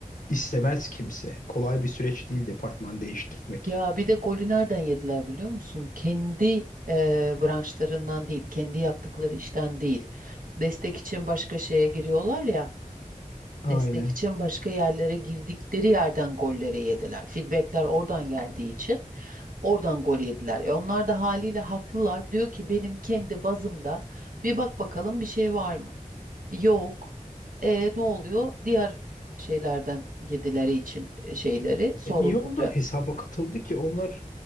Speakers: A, on the left; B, on the right.
A: istemez kimse. Kolay bir süreç değil departman değiştirmek.
B: Ya bir de golü nereden yediler biliyor musun? Kendi eee, branşlarından değil, kendi yaptıkları işten değil. Destek için başka şeye giriyorlar ya.
A: Aynen.
B: Destek için başka yerlere girdikleri yerden golleri yediler. Feedbackler oradan geldiği için oradan gol yediler. E onlar da haliyle haklılar. Diyor ki benim kendi bazımda bir bak bakalım bir şey var mı? Yok. E, ne oluyor? Diğer şeylerden yedileri için e, şeyleri, sorunları.
A: E niye onlar hesaba katıldı ki? Onlar